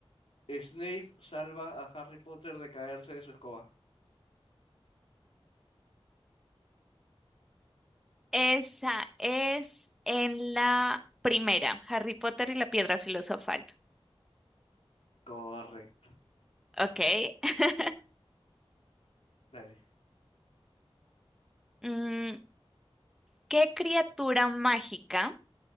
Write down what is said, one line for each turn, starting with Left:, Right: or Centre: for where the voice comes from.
Left: Snape salva a Harry Potter de caerse de su escoba?
Centre: Esa es en la primera, Harry Potter y la Piedra Filosofal.
Left: Correcto,
Centre: Ok. <laughs>
Left: dale.
Centre: Mm, ¿qué criatura mágica?